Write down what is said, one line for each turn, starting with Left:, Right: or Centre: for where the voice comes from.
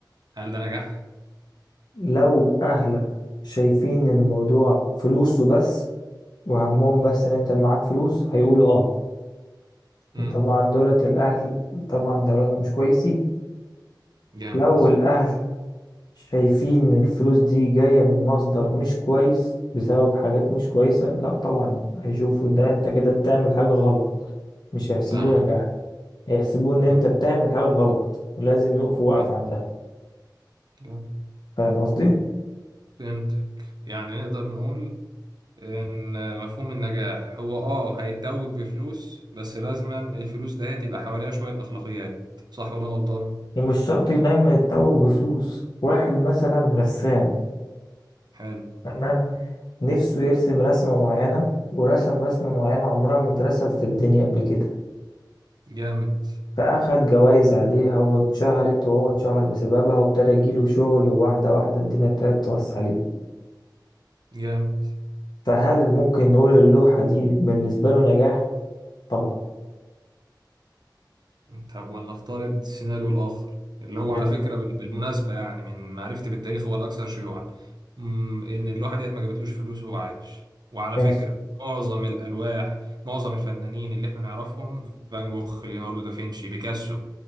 Right: هل ده نجاح
Left: لو اهلك شايفين ان الموضوع فلوسه بس وهمهم بس ان انت معاك فلوس هيقولوا اه
Right: امم
Left: وطبعا دولت الاهل طبعا دولت مش كويسين
Right: جامد
Left: لو الاهل شايفين ان الفلوس دي جاية من مصدر مش كويس بسبب حاجات مش كويسة لا طبعا هيشوفوا ده انت كده بتعمل حاجة غلط مش هيحسبوه
Right: فاهم
Left: نجاح هيحسبوه ان
Right: امم
Left: انت بتعمل حاجة غلط ولازم يقفوا وقف
Right: جامد
Left: عندها
Right: جامد
Left: فاهم قصدي؟
Right: فهمت يعني نقدر نقول ان مفهوم النجاح هو اه هيتوج بفلوس بس لازما الفلوس ده هتبقى حواليها شويه اخلاقيات صح ولا أنا غلطان
Left: ومش شرط دايما يتوج بفلوس واحد مثلا رسام
Right: حلو
Left: تمام نفسه يرسم رسمة معينة ورسم رسمة معينة عمرها ما اترسم في الدنيا قبل كده
Right: جامد
Left: فأخد جوايز عليها واتشهرت وهو اتشهر بسببها وابتدى يجيله شغل وواحدة واحدة الدنيا ابتدت توسع عليه
Right: جامد
Left: فهل ممكن نقول اللوحة دي بالنسبة له نجاح؟ طبعا
Right: طب ولنفترض السيناريو الآخر اللي هو
Left: حلو
Right: على فكرة بال- بالمناسبة يعني من معرفتي بالتاريخ هو الأكثر شيوعا أمم، إن اللوحة ديت ما جابتلوش فلوس وهو عايش وعلى
Left: ماشي
Right: فكرة معظم الألواح معظم الفنانين اللي إحنا نعرفهم فان جوخ ليوناردو دافنشي بيكاسو